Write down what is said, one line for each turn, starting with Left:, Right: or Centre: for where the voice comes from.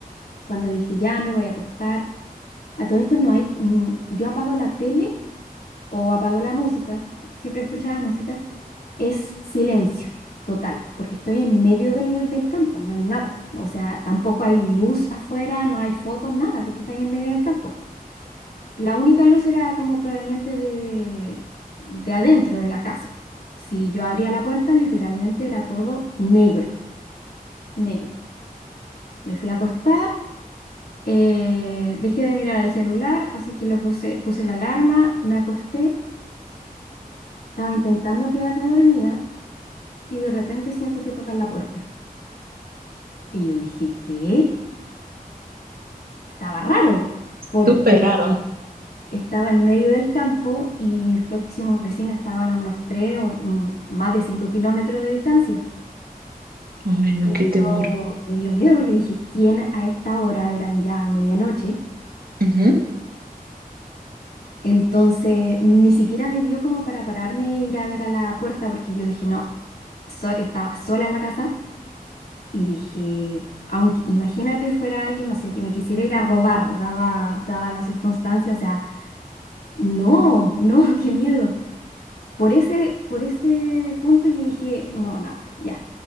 Left: cuando dije, ya me voy a acostar. A todo esto no hay, mm, yo apago la tele o apago la música, siempre escuchaba música, es silencio total, porque estoy en medio del, del campo, no hay nada. O sea, tampoco hay luz afuera, no hay focos, nada, porque estoy en medio del campo. La única luz era como proveniente de, de adentro de la casa. Si yo abría la puerta, literalmente era todo negro, negro. Me fui a acostar, eh, dejé de mirar el celular, así que lo puse, puse la alarma, me acosté, estaba intentando quedarme dormida y de repente siento que tocan la puerta. Y yo dije, ¿qué? Estaba raro, porque
Right: súper raro.
Left: estaba en medio del campo y mis próximos vecinos estaban a unos 3 o mm, más de 5 kilómetros de distancia.
Right: Ay, no,
Left: Y me
Right: qué
Left: dio,
Right: temor.
Left: me dio miedo porque dije, ¿quién a esta hora? Eran ya medianoche.
Right: Ujú,
Left: Entonces, ni siquiera me dio como para pararme e ir a ver a la puerta porque yo dije, no, so- estaba sola en la casa Y dije, aunque imagínate fuera alguien, no sé, que me quisiera ir a robar, dada, dada la circunstancia, o sea, no, no, <laughs> qué miedo. Por ese, por ese punto yo dije, no, nada, ya.